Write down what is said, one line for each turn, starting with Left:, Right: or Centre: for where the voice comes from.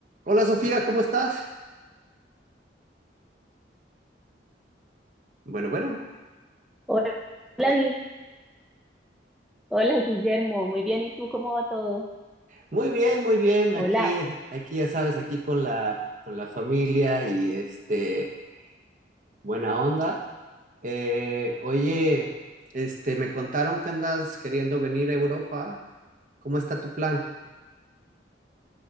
Right: Hola Sofía, ¿cómo estás? Bueno, bueno,
Centre: Hola, Gui- hola Guillermo, muy bien, ¿y tú cómo va todo?
Right: muy bien, muy bien.
Centre: Hola.
Right: Aquí, eh, aquí ya sabes, aquí con la, con la familia y este, buena onda. Eh, oye, este, me contaron que andas queriendo venir a Europa. ¿Cómo está tu plan?